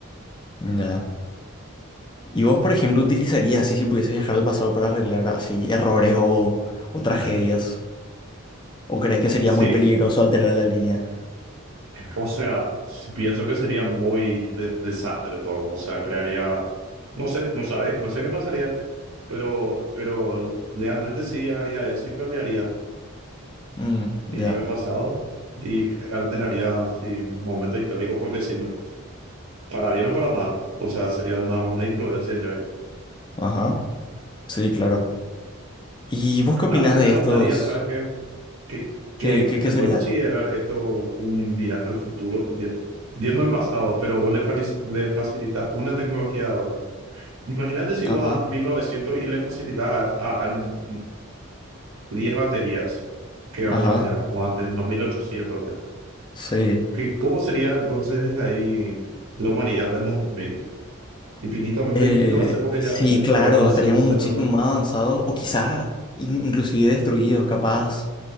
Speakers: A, on the left; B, on the right.
A: Ya. ¿Y vos, por ejemplo, utilizarías así si pudiese viajar al pasado para arreglar así errores o,
B: <laughs>
A: o tragedias? ¿O crees que sería
B: Sí,
A: muy peligroso alterar la línea?
B: o sea, pienso que sería muy de- desastre todo. O sea, crearía, no sé, no sabe, no sé qué pasaría, pero, pero realmente sí haría eso y cambiaría.
A: Mm,
B: iría
A: ya.
B: al pasado y alteraría sí, un momento histórico porque sí, no, para bien o para mal. O sea, sería nada más una influencia yo ahí.
A: Ajá. Sí, claro. ¿Y vos qué opinás
B: Algo que
A: de
B: me
A: estos?
B: gustaría, ¿sabes qué? Que, que
A: ¿Qué, qué,
B: se
A: qué sería?
B: puede considerar esto un viaje al futuro, vi- viendo el pasado, pero vos le, fali- le facilitas una tecnología ahora. Imagínate si vos
A: Ajá.
B: vas a 1900 y le facilitas a, a alguien 10 baterías que aún
A: Ajá.
B: había, o antes, en los 1800 ya.
A: Sí.
B: ¿Qué- ¿Cómo sería entonces ahí la humanidad en los dos mil infinitamente
A: Eh,
B: distinto va a ser porque
A: sí,
B: ya,
A: claro,
B: ya van a
A: estaríamos
B: ser completamente.
A: muchísimo más avanzados o quizás in- inclusive destruidos, capaz.